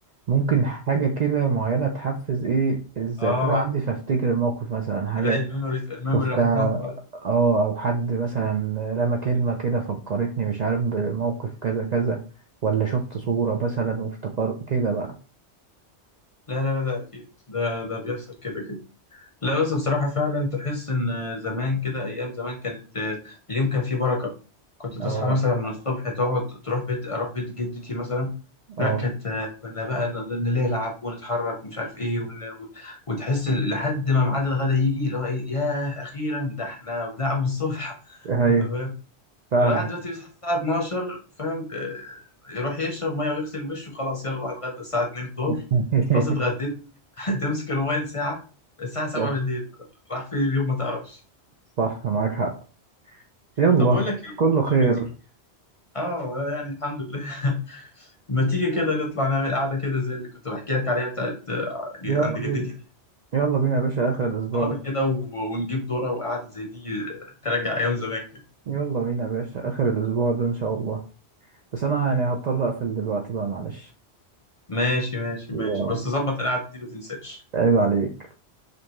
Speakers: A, on the right; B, on the left.
A: ممكن حاجة كده معينة تحفز إيه الذاكرة
B: آه
A: عندي فأفتكر الموقف مثلا حاجة
B: تلاقي الميموري الميموري
A: شفتها
B: راح تنط على طول
A: أه أو حد مثلا رمى كلمة كده فكرتني مش عارف بموقف كذا كذا ولا شفت صورة مثلا وافتكر كده بقى
B: لا لا لا ده أكيد ده ده بيحصل كده كده لا بس بصراحة فعلا تحس إن زمان كده أيام زمان كانت آه، اليوم كان فيه بركة كنت تصحى
A: أه
B: مثلا من الصبح تقعد تروح بيت أروح بيت جدتي مثلا
A: أه
B: لا كانت آه، كنا بقى ن- ن- نلعب ونتحرك ومش عارف إيه ون... و- وتحس ال- لحد ما ميعاد الغدا يجي اللي هو إيه ياه أخيرا ده إحنا بنلعب من الصبح <laughs>
A: أيوه فاهمك
B: الواحد دلوقتي بيصحى الساعة 12 فاهم آه، يروح يشرب مية ويغسل وشه خلاص يلا بقى اتغدى الساعة 2 الظهر
A: <laughs>
B: خلاص اتغديت <laughs> تمسك الموبايل ساعة الساعة 7
A: صح
B: بالليل راح فين اليوم ما تعرفش
A: صح معاك حق يلا
B: طب بقول لك ايه
A: كله خير
B: ما تيجي اه يعني الحمد لله <laughs> ما تيجي كده نطلع نعمل قعدة كده زي اللي كنت بحكي لك عليها بتاعت آه،
A: يلا
B: عند
A: بينا
B: جدتي دي
A: يلا بينا يا باشا آخر الأسبوع
B: نار
A: ده
B: كده و- ونجيب دورة وقعدة زي دي آه، ترجع أيام زمان كده
A: يلا بينا يا باشا آخر الأسبوع ده إن شاء الله بس أنا يعني هضطر أقفل دلوقتي بقى معلش
B: ماشي ماشي
A: يلا
B: ماشي بس ظبط القعدة دي ما تنساش
A: عيب عليك